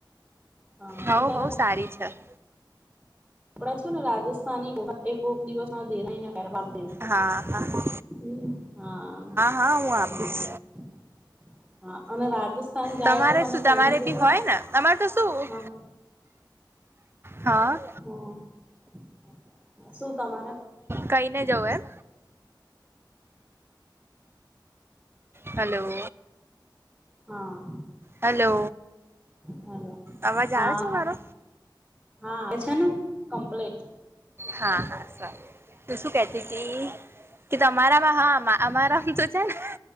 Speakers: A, in the centre; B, on the right (about 30°).
A: હા
B: હોવ
A: તો તારા
B: હોવ સારી છે. <inaudible>
A: પડા છે ને રાજસ્થાની એકોક દિવસ <unintelligible> હમ
B: હા હા
A: હા હમ
B: હા હું આપીશ
A: હા અને રાજસ્થાન જાય
B: તમારે
A: તો મને
B: શું તમારે
A: કઈ ને જજો
B: બી હોય ને તમારે તો શું
A: હા.
B: હા
A: હા. શું તમારે.
B: કઈને જવું એમ. હલો.
A: હા.
B: હેલો
A: હલો
B: અવાજ
A: હા
B: આવે છે મારો.
A: હા આવે છે ને કમ્પ્લીટ.
B: હા હા સારુ તું શું કેતી તી કે તમારામાં હા અમારામ તો છે ને